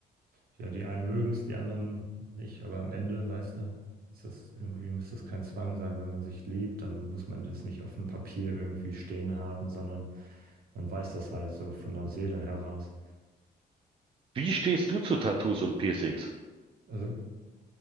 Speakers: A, on the right; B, on the right.
A: ja, die einen mögen es, die anderen nicht, aber am Ende, weißt du, ist das irgendwie, muss das kein Zwang sein. Wenn man sich liebt, dann muss man das nicht auf dem Papier irgendwie stehen haben, sondern man weiß das halt so von der Seele heraus.
B: Wie stehst du zu Tattoos und Piercings?
A: Also